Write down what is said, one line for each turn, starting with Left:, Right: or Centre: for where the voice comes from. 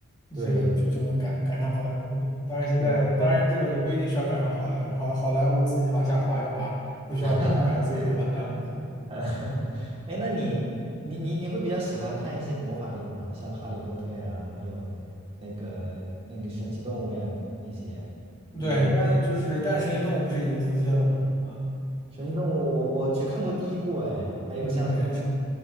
Right: 对
Left: 这个就就能赶赶上好莱坞的。当然，现在当然这个也不一定需要赶上好莱坞，
Right: 对。
Left: 好好莱坞自己往下滑一滑，不需要别人赶，
Right: <laughs>
Left: 自己就完蛋了。
Right: 呃，<laughs> 哎，那你你你你会比较喜欢看一些魔法类的吗？像《哈利波特》呀，还有那个那个神奇动物呀那些。你你
Left: 对，但就是但《神奇动物》不是已经扑街了吗？啊，
Right: 神奇动物我我只看过第一部哎，还有像什么
Left: 嗯，神奇神